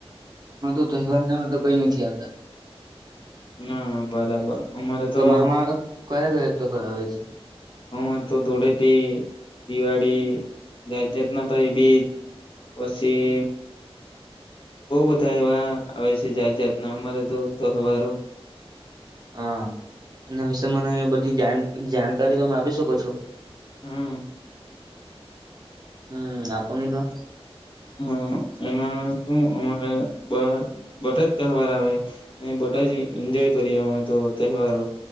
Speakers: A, on the right; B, on the left.
A: તો તહેવાર નામાં તો કઈ નથી આવતા.
B: હા બરાબર અમારે તો.
A: તમારામાં કયા કયા તો ખરા હોય છે.
B: અમારે તો ધૂળેટી દિવાળી જાત જાતના ભાઈ બીચ પછી બહ બધા એવા આવે છે જાત જાતના અમારે તો તહેવારો.
A: હા એ વિશે મને બધી જા જાણકારી તમે આપી શકો છો.
B: હમ.
A: હમ આપ ન તો.
B: હ એમાં શું અમારા બધા જ તહેવાર આવે અને બધા જ એન્જોય કરીએ અમે તો તહેવારો